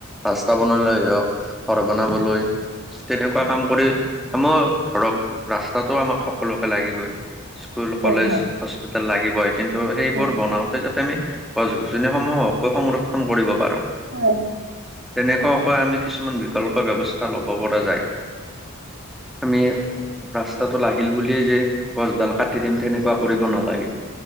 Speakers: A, in the centre; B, on the right.
A: ৰাস্তা বনাবলৈ হওঁক, ঘৰ বনাবলৈ তেনেকুৱা কাম কৰি, মই ধৰক ৰাস্তাটো আমাক সকলোকে লাগিবই স্কুল কলেজ
B: হয় হয়
A: হস্পিতাল লাগিবই, কিন্তু সেইবোৰ
B: হয়
A: বনাওতে যাতে আমি গছ গছনিসমূহকো সংৰক্ষণ কৰিব পাৰো।
B: হয়।
A: তেনেকুৱাকৈ আমি কিছুমান বিকল্প ব্যৱস্থা লব পৰা যায়। আমি ৰাস্তাটো লাগিল বুলিয়ে যে গছডাল কাটি দিম, তেনেকুৱা কৰিব নালাগে।